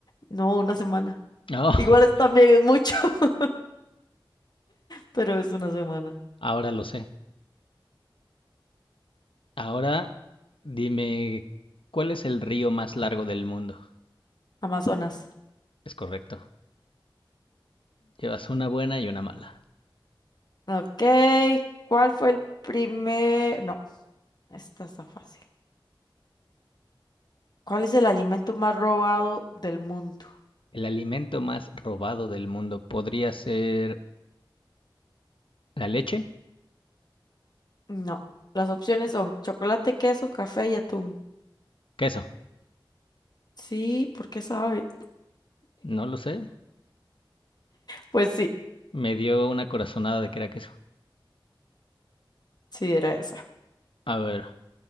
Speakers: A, on the left; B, on the left.
A: No, una semana.
B: Oh,
A: Igual es también
B: <laughs>
A: es mucho, <laughs> pero es una semana.
B: ahora lo sé. Ahora dime, ¿cuál es el río más largo del mundo?
A: Amazonas.
B: Es correcto. Llevas una buena y una mala.
A: Ok, ¿cuál fue el primer? No, esta está fácil. ¿Cuál es el alimento más robado del mundo?
B: El alimento más robado del mundo podría ser la leche,
A: No, las opciones son chocolate, queso, café y atún.
B: queso.
A: Sí, ¿por qué sabe?
B: No lo sé.
A: Pues sí,
B: Me dio una corazonada de que era queso.
A: sí era esa.
B: A ver,